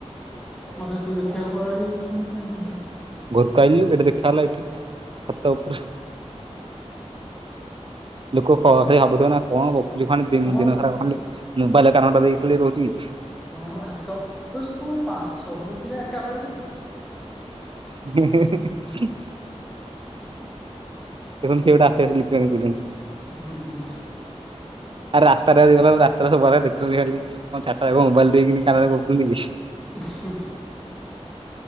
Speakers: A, in the centre; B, on the right.
A: ମତେ ତୁ ଦେଖିବାକୁ ପଳେଇ ଆଇଲୁ। <unintelligible>
B: ଘରକୁ ଆଇଲି ଏଠି ଦେଖା ହେଲା ଏଠି ଛାତ ଉପରେ। ଲୋକୋ ଖ ଖାଲି ଭାବୁଥିବେ ନା କଣ ଗ କୋହୁଚି ଖାନି ଦିନ୍
A: କଣ
B: ଦିନ ସାରା
A: କା
B: ଖଣ୍ଡେ ମୁବାଇଲରେ କାନଟା ଦେଇକି ଖାଲି ରୋହୁଚି।
A: ହଁବା ସ କୋହୁଛନ୍ତି ସବୁ କଣ ପାସ୍ ସବୁ ପିଲା ଏକା ବଳେ ଇଏ
B: <unintelligible> ଦେଖନ୍ତୁ ସିଏ ଗୋଟେ ଆସୁ ଆସୁ ନୀତି ବାଣୀ କହିଲାଣୀ।
A: ହୁଁ ହୁଁ।
B: ଆରେ ରାସ୍ତାରେ ଆଜି ଗଲା ବେଳେ ରାସ୍ତାରେ ସବୁ ଆଡେ ଦେଖୁଛନ୍ତି ଖାଲି କଣ ଚାରିଟା ଯାକ ମୁବାଇଲ ଦେଇକିନି କାନରେ ଗପୁଚନ୍ତି କି?
A: ଉହୁଁ।